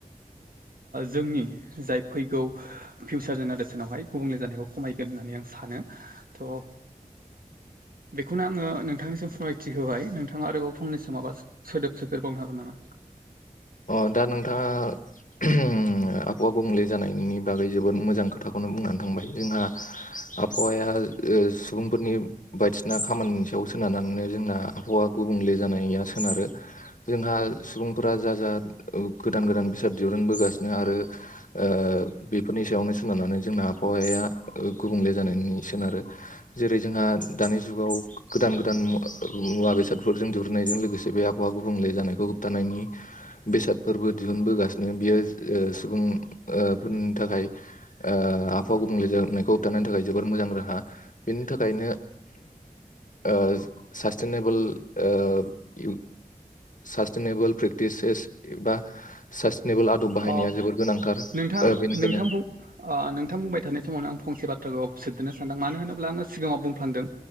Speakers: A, on the right; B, on the left.
A: जोंनि जाय फैगौ फिउचार जेनेरेसनावहाय गुबुंले जानायखौ खमायगोन होननानै आं सानो थ' बेखौनो आङो नोंथांनिसिम फोरमायथि होबाय नोंथाङा आरोबाव फंनैसो माबा सोदोब सोदेरबावनो हागोन नामा?
B: अ दा नोंथाङा ओ‌ आबहावा गुबंले जानायनि बागै जोबोद मोजां खोथाखौनो बुंनानै थांबाय जोंहा - आबहावाया ओ सुबुंफोरनि बायदिसिना खामानिनि सायाव सोनारनानैनो जोंना आबहावा गुबुंले जानाया सोनारो। जोंहा सुबुंफोरा जा जा गोदान गोदान बेसाद दिरुनबोगासिनो आरो ओ बेफोरनि सायावनो सोनारनानै जोंना आबहावाया गुबुंले जानायनि सोनारो। जेरै जोंहा दानि जुगाव गोदान गोदान मुवा मुवा बेसादफोरजों दुरुननायजों लोगोसे बे आ हावा गुबुंले जानायखौ होबथानायनि बेसादफोरबो दिहुनबोगासिनो बियो ओ सुबुंफोरनि थाखाय ओ आबहावा गुबुंले जाबनायखौ होबथानो थाखाय जोबोर मोजां राहा बेनि थाखायनो ओ सासटेनबोल ओ- साचटेनेबल फ्रे टिसेस एबा सास्टेनेबोल आदब बाहायनाया
A: अ
B: जोबोर गोनांथार
A: नोंथां
B: ओ बेनिखायनो
A: नोंथां बुं ओ नोंथां बुंबाय थानाय समावनो आं फंसे बाथ्राखौ सोदोननो सानदों मानो होनोब्ला आङो सिगाङाव बुंफ्लांदों